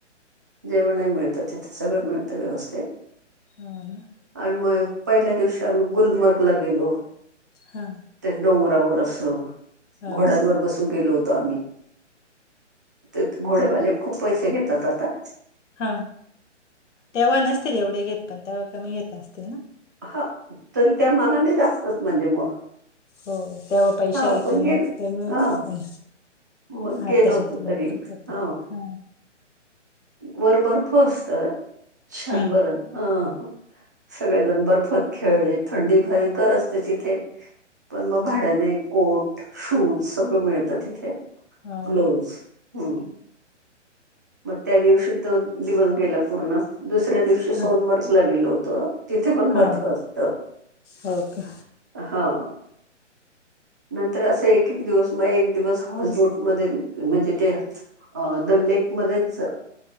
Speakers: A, on the right; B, on the left.
A: जेवणही मिळतं तिथं सगळं मिळतं व्यवस्थे
B: हो ना
A: आणि मग पहिल्या दिवशी आम्ही गुलमर्गला गेलो.
B: हा
A: त्या डोंगरावर अस घोड्यांवर
B: हो का
A: बसून गेलो होतो आम्ही तेत घोडेवाले खूप पैसे घेतात आता
B: हा त्यावेळी नसतील एवढे घेत पण त्यावेळी कमी घेत असतील ना.
A: हा तरी त्या मानाने जास् तच म्हणजे म
B: हो तेव्हा पैशाला
A: हा पण
B: किंमत
A: गेलं
B: कमी होती
A: हा
B: पण
A: मग गेलो
B: आताच्या
A: होतो
B: तुलनेत
A: तरी
B: खूप होते
A: ह
B: हा
A: वर बर्फ असत षणभरण
B: हा
A: ह सगळेजण बर्फत खेळले थंडी भयं कर असते तिथे पण म भाड्याने कोट शूज सगळं मिळतं तिथे.
B: हो
A: ग्लोज
B: ना
A: हम्म. मग त्या दिवशी तो दिवस गेला पूर्ण दुसऱ्या दिवशी सोनबर्गला
B: ह
A: गेलो होतो. तिथे पण बर्फ
B: हा
A: असत
B: हो का
A: हा. नंतर असं एक एक दिवस म एक दिवस हॉसबोट मध्ये म्हणजे ते अ- दल्लेक मध्येच